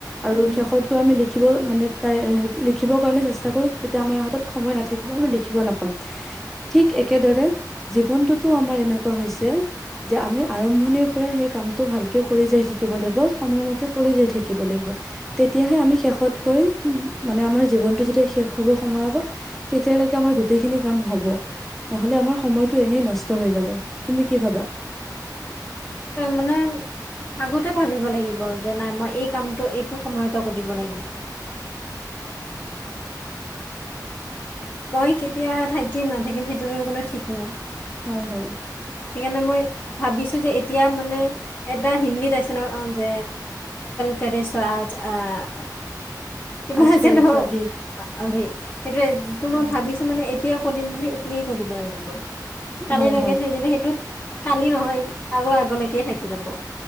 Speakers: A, in the centre; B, on the left (about 25°).
A: আৰু
B: উম
A: শেষত গৈ আমি ল লিখিব মানে তাই লিখিবৰ কাৰণে চেষ্টা কৰি তেতিয়া আমাৰ হাতত সময় নাথাকিব আমি লিখিব নাপাম ঠিক একেদৰে জীৱনটোতো আমাৰ এনেকুৱা হৈছে যে আমি আৰম্ভণিৰ পৰাই সেই কামতটো ভালকে কৰি যাই থাকিব লাগিব সময়মতে কৰি যাই থাকিব লাগিব তেতিয়াহে আমি শেষ শষতকৈ মানে আমাৰ জীৱনটো যেতিয়া শেষ হ'ব সময় হ'ব তেতিয়ালৈকে আমাৰ গোটেই খিনি কাম হ'ব নহলে আমাৰ সময়টো এনেই নষ্ট হৈ যাব তুমি কি ভাবা
B: মানে আগতে ভাবিব লাগিব যে নাই মই এই কামটো এইটো সময়তে কৰিব ল <unintelligible> থাকিম নাথাকিম সেইটোতো কোনো ঠিক নাই
A: হয় হয়
B: সেইকাৰণে মই ভাবিছো যে এতিয়া মানে এটা হিন্দীত আছে ন যে কলজ আহ কিবা
A: আজকাল
B: আছিল ন
A: চাবি
B: সেইটোোৱেটো
A: হয়
B: মই ভাবিছো মানে এতিয়া সুধিম বোলে এতিয়াই সুধিব লাগিব কালিলৈকে
A: হয়
B: থৈ দিলে সেইটোত কালি নহয় আৰু আগলৈকে থাকি যাব